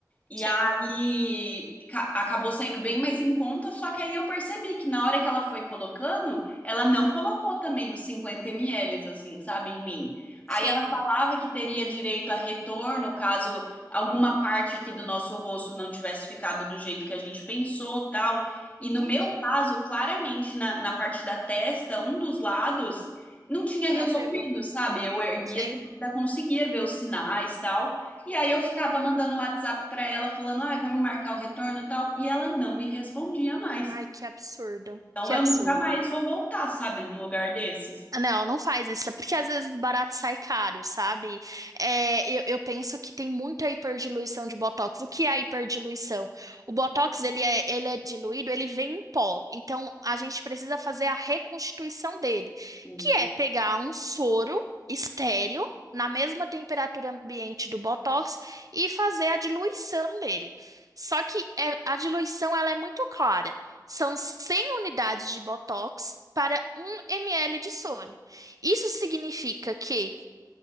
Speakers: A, on the left (about 20°); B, on the right (about 55°).
A: E
B: sim,
A: aí ca- acabou saindo bem mais em conta, só que aí eu percebi que na hora que ela foi colocando, ela não colocou também os cinquenta ml, assim, sabe, em mim.
B: sim.
A: Aí ela falava que teria direito a retorno caso alguma parte aqui do nosso rosto não tivesse ficado do jeito que a gente pensou, tal. E no
B: Uhum.
A: meu caso, claramente, na, na parte da testa, um dos lados não tinha resolvido,
B: Não pegou.
A: sabe? Eu erguia
B: Sei.
A: assim, ainda conseguia ver os sinais, tal. E aí eu ficava mandando um WhatsApp pra ela falando, ai, vamos marcar o retorno e tal, e ela não me respondia mais.
B: Ai, que absurdo.
A: Então
B: Que
A: eu
B: absurdo.
A: nunca mais vou voltar, sabe, num lugar desses.
B: Não, não faz isso, é porque às vezes barato sai caro, sabe? É, eu, eu penso que tem muita hiperdiluição de botox. O que é a hiperdiluição? O botox, ele é, ele é diluído, ele vem em pó. Então, a gente precisa fazer a reconstituição dele,
A: Hum,
B: que é pegar um soro estéril na mesma temperatura ambiente do botox e fazer a diluição dele. Só que é, a diluição, ela é muito clara. São 100 unidades de Botox para 1 ml de soro. Isso significa que